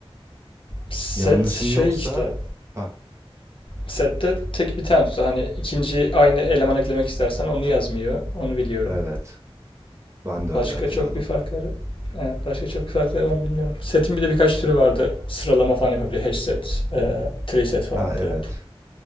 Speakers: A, on the left; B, on the right.
A: set
B: Yanlışım
A: şey
B: yoksa
A: işte.
B: ha
A: Sette tek bir tane tutar. Hani ikinci aynı eleman eklemek istersen onu yazmıyor. Onu biliyorum.
B: evet. Ben de öyle
A: Başka
B: hatırladım.
A: çok bir farkları Evet, başka çok bir farkları ben bilmiyorum. Setin bir de birkaç türü vardı. Sıralama falan yapabiliyor. Hash set, eee, tree set falan
B: Ha evet.
A: diye.